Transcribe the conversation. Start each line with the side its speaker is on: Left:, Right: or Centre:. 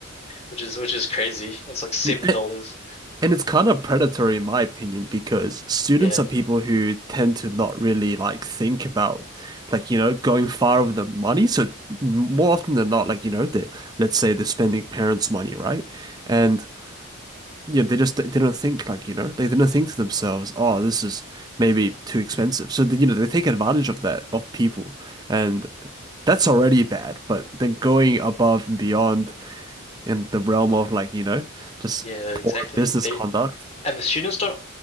Left: which is which is crazy. It's like seven
Right: And
Left: dollars.
Right: and it's kind of predatory in my opinion because students
Left: Yeah.
Right: are people who tend to not really like think about like, you know, going far with the money. So more often than not, like, you know, they let's say they're spending parents' money, right? And yeah, they just they don't think like, you know, they, they don't think to themselves, oh, this is maybe too expensive. So they, you know, they take advantage of that of people, and that's already bad. But then going above and beyond
Left: Yep.
Right: in the realm of like, you know, just
Left: Yeah, exactly.
Right: poor business
Left: They
Right: conduct.
Left: And the students don't